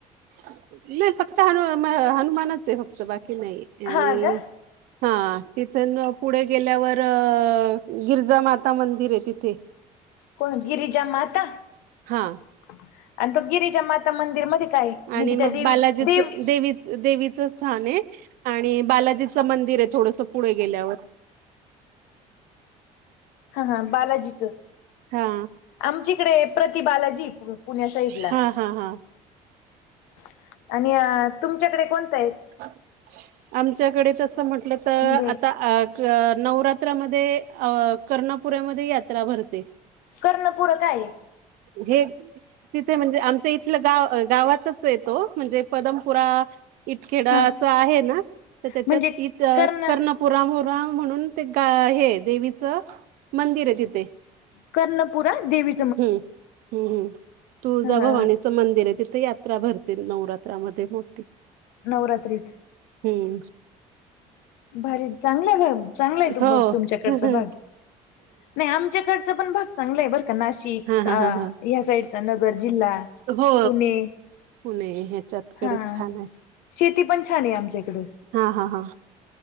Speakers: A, on the right; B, on the left.
A: <unintelligible> हे फक्त हनु मा हनुमानाचं फक्त बाकी नाही
B: हा
A: आणि
B: का?
A: हा... तिथुन पुढे गेल्यावर अ... गिरजा माता मंदिर् तिथे <inaudible>
B: कोण, गिरिजा माता
A: हा
B: <unintelligible> अनं तो गिरिजा माता मंदिर मध्ये काय आहे म्हणजे
A: आणि, मग
B: त्या देवी
A: बालाजीच
B: देव
A: देवी देवीचं स्थानं. आणि बालाजीचं मंदिरं, थोडसं पुढे गेल्यावर
B: हा... हा... बालाजीचं
A: हा......
B: आमचीकडे, प्रतिबालाजी पु पुण्या साईडला
A: हा हा हा
B: <unintelligible> आणि अ तुमच्याकडे कोणतंय.
A: <unintelligible> आमच्याकडे तस म्हंटलं, त
B: म्हणजे
A: आता आ नवरात्रामध्ये अ कर्णपुऱ्यामध्ये यात्रा भरते.
B: कर्णपूरा काय आहे.
A: हे <unintelligible> तिथे म्हणजे आमच्या इथलं गाव गावाातच पेतो म्हणजे पदमपुरा इटखेडा
B: हा
A: अस आहे. ना तर त्याच्यात
B: म्हणजे
A: त
B: कर्ण
A: करण पुरामुरा म्हणून ते गा हे देवीचं मंदिर आहे. तिथे
B: कर्णपुरा देवी
A: हम्म हम्म्, तुळजाभवानीच
B: ह ह
A: मंदिर आहे. तिथे यात्रा भरते. नवरात्रामध्ये मोठी
B: नवरात्रीत
A: हम्म,
B: भारी चांगला चांगला आहे त
A: हो
B: मग तुमच्याकडचा
A: ह
B: भाग नाही आम आमच्याकडचा पण भाग चांगला आहे बर का नाशिक.
A: हा
B: किक
A: हा
B: आ
A: हा हा
B: या साईडचा नगर जिल्हा
A: हो
B: पुणे
A: पुणे ह्याच्यातकडे
B: हा
A: छान आहे
B: शेती पण छान आहे आमच्याकडे.
A: हा हा हा,